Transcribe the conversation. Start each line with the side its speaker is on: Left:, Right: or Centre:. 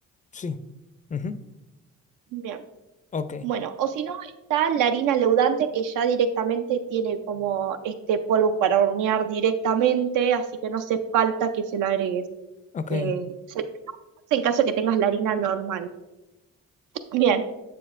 Left: Sí. Ujú.
Right: Bien.
Left: Ok.
Right: Bueno, o si no, está la harina leudante que ya directamente tiene como este polvo para hornear directamente, así que no hace falta que se lo agregues.
Left: Ok,
Right: Eh, se en caso de que tengas la harina normal. Bien,